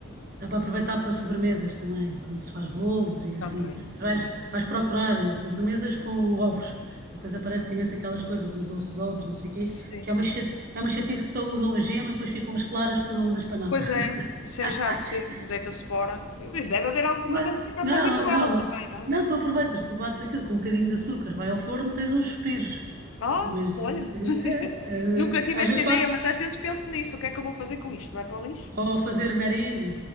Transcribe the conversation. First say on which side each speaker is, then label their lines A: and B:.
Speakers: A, on the right; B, on the left.
A: Dá para aproveitar para sobremesas também, quando se faz bolos e
B: Também,
A: assim. Mas
B: claro.
A: vais, vais procurar eh, sobremesas com ovos. E depois aparece imenso aquelas coisas dos doces de ovos, não sei o quê,
B: Sim.
A: que é uma, chate- é uma chatice que só usam a gema, depois ficam as claras que tu não usas para nada.
B: Pois
A: <laughs>
B: é, isso é chato, sim, deita-se fora. Mas deve haver alguma
A: Mas,
B: coisa que dê para
A: não,
B: fazer com
A: não,
B: elas também, não é?
A: não, tu aproveitas, tu bates aquilo com um bocadinho de açúcar, vai ao forno, tens uns suspiros.
B: Ah,
A: Mas
B: olha.
A: eh,
B: <laughs>
A: eh,
B: Nunca
A: eh,
B: tive
A: às
B: essa
A: vezes
B: ideia,
A: faço
B: mas às vezes penso nisso. O que é que eu vou fazer com isto? Vai para o lixo?
A: Ou fazer merengue,